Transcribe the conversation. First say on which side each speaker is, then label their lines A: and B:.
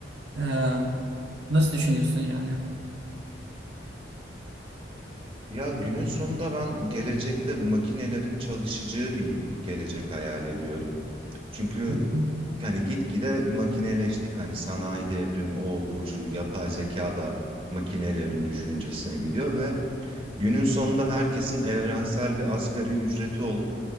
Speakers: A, on the right; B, on the right.
A: E, nasıl düşünüyorsun yani?
B: Ya günün sonunda ben gelecekte makinelerin çalışacağı bir gelecek hayal ediyorum. Çünkü
A: <laughs>
B: hani gitgide makineleştik hani sanayi devrimi o bu şu yapay zeka da makinelerin düşüncesine gidiyor ve günün sonunda herkesin evrensel bir asgari ücreti olup